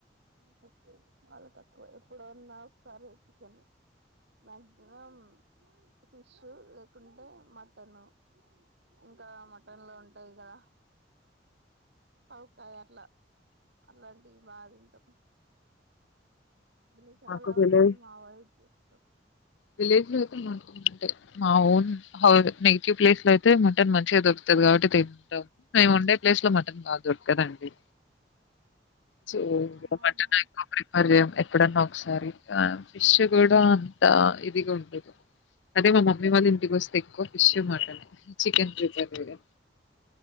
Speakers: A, on the right; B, on the left.
A: తక్కువ చాలా తక్కువ ఎప్పుడన్నా ఒకసారి చికెన్ మ్యాక్సిమం ఫిష్ లేకుంటే మటను ఇంకా మటన్ లో ఉంటాయి కదా పవుకాయ అట్లా అలాంటి బాగా తింటాం అన్ని చాలా
B: మాకు విలేజ్
A: వరకు మా వాయ్ చేస్తాం
B: విలేజ్ లో అయితే మా ఓన్ హౌస్ నెగిటివ్ ప్లేస్ లో అయితే మటన్ మంచిగా దొరుకుతాది కాబట్టి తింటాం మేము ఉండే ప్లేస్ లో మటన్ బాగా దొరకదండి
A: <inaudible>
B: సో
A: అవునా
B: మటన్ ఎక్కువ ప్రిఫర్ చెయ్యం ఎప్పుడన్నా ఒకసారి ఫిష్ కూడా అంత ఇదిగా ఉండదు అదే మా మమ్మీ వాళ్ళు ఇంటికి వస్తే ఎక్కువ ఫిష్ మటన్ చికెన్ ప్రిఫర్ చెయ్యం